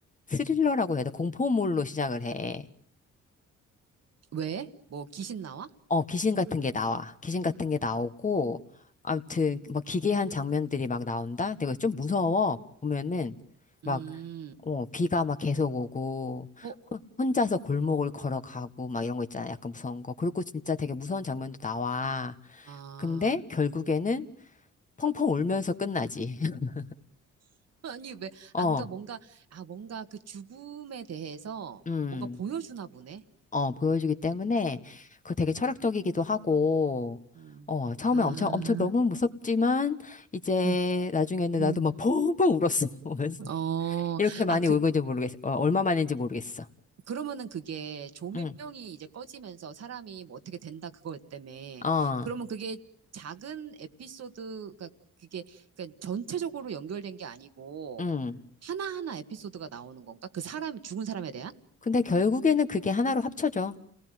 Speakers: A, on the left (about 25°); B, on the right (about 55°).
A: 스릴러라고 해야 돼. 공포물로 시작을 해.
B: 왜? 뭐 귀신 나와?
A: 어, 귀신 같은 게 나와. 귀신 같은 게
B: 음.
A: 나오고, 아무튼, 막 기괴한 장면들이 막 나온다? 내가 좀 무서워. 보면은, 막,
B: 음.
A: 어, 비가 막 계속 오고,
B: 어,
A: 호- 혼자서 골목을 걸어가고, 막 이런 거 있잖아. 약간 무서운 거. 그리고 진짜 되게 무서운 장면도 나와.
B: 아.
A: 근데 결국에는 펑펑 울면서 끝나지. <laughs>
B: <laughs> 아니 왜?
A: 어,
B: 아, 그러니까 뭔가 아, 뭔가 그 죽음에 대해서
A: 음.
B: 뭔가 보여주나 보네.
A: 어, 보여주기 때문에 그거 되게 철학적이기도 하고,
B: 음.
A: 어, 처음에
B: 아.
A: 엄청, 엄청 너무 무섭지만, 이제
B: 음.
A: 나중에는 나도
B: 음.
A: 막 펑펑 울었어, <laughs> 보면서.
B: 어.
A: 이렇게 많이
B: 아, 그,
A: 울고인지 모르겠어. 어, 얼마 만인지 모르겠어.
B: 그러면은 그게 조명이
A: 응,
B: 이제 꺼지면서 사람이 뭐 어떻게 된다 그거 때문에
A: 어,
B: 그러면 그게 작은 에피소드가 그게 그러니까 전체적으로 연결된 게 아니고
A: 응.
B: 하나하나 에피소드가 나오는 건가? 그 사람 죽은 사람에 대한
A: 근데 결국에는 그게 하나로 합쳐져.